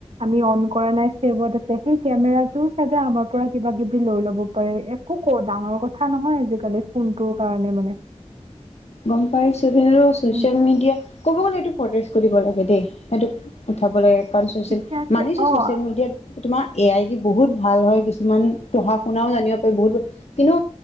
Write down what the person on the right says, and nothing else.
আমি অন কৰা নাই চছেভত আছে, সেই কেমেৰাটোও চাগে আমাৰ পৰা কিবা কিবি লৈ লব পাৰে, একো ক ডাঙৰ কথা নহয় আজিকালি ফোনটোৰ কাৰণে মানে।
উম,
তেতিয়াতো
অ